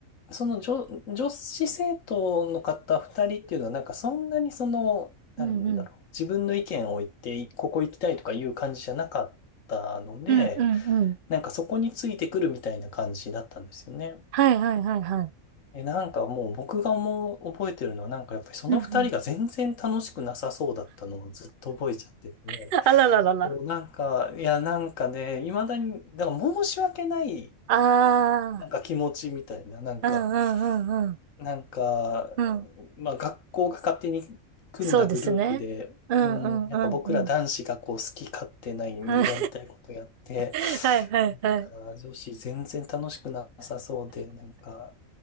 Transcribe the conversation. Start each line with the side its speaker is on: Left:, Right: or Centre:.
Left: その女、女子生徒の方二人っていうのは、なんかそんなにその、なんだろう、
Right: うんうん。
Left: 自分の意見を言って、ここ行きたいとかいう感じじゃなかったので、
Right: うんうんうん。
Left: なんかそこについてくるみたいな感じだったんですよね。
Right: はいはいはいはい。
Left: え、なんかもう僕が思う、覚えてるのはなんかやっぱりその二人が全然楽しくなさそうだったのをずっと覚えちゃってて、
Right: うんうん。<laughs> あらららら。
Left: そうなんか、いやなんかね、未だに、だから申し訳ない
Right: ああ、
Left: なんか気持ちみたいな、なんか、
Right: うんうんうんうん。
Left: なんか、
Right: うん。
Left: まあ学校が勝手に組んだグループで、
Right: そうですね。うんうんうんうん。
Left: うん、なんか僕ら男子がこう好き勝手ないにやりたいことやって、
Right: はい <laughs> はいはいはい。
Left: なんか女子全然楽しくなさそうで、なんか